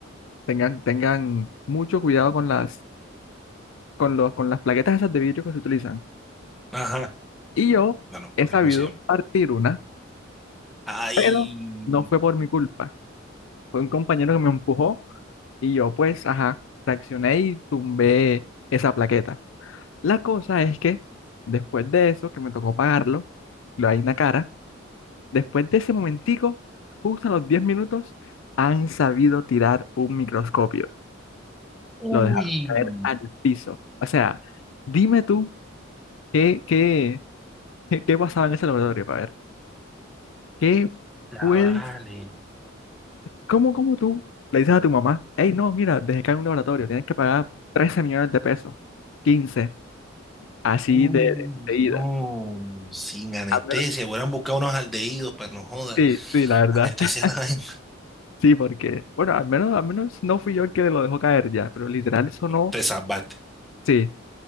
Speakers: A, on the left; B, in the centre.
A: tengan, tengan mucho cuidado con las, con los, con las plaquetas esas de vidrio que se utilizan.
B: Ajá.
A: Y yo
B: No, no, me acuerdo
A: he sabido
B: ¿cómo se llama?
A: partir una,
B: Ay.
A: pero no fue por mi culpa. Fue un compañero que me empujó Y yo pues, ajá, reaccioné y tumbé esa plaqueta. La cosa es que después de eso, que me tocó pagarlo, lo hay una cara, después de ese momentico, justo a los 10 minutos, han sabido tirar un microscopio.
B: Uy.
A: Lo dejaron caer al piso. O sea, dime tú qué, qué, qué, qué pasaba en ese laboratorio, para ver, ¿qué
B: Ya
A: puedes,
B: vale.
A: cómo, cómo tú le dices a tu mamá, hey, no, mira, dejé caer un laboratorio, tienes que pagar 13 millones de pesos, 15 así
B: Uy,
A: de, de, de ida.
B: no, sin anestesia,
A: Al menos,
B: hubieran buscado unos aldehídos para no joda,
A: sí, sí, la verdad.
B: anestesia
A: <laughs>
B: <laughs> la vaina.
A: Sí, porque, bueno, al menos, al menos no fui yo el que lo dejó caer ya, pero literal eso no,
B: Te salvaste.
A: sí,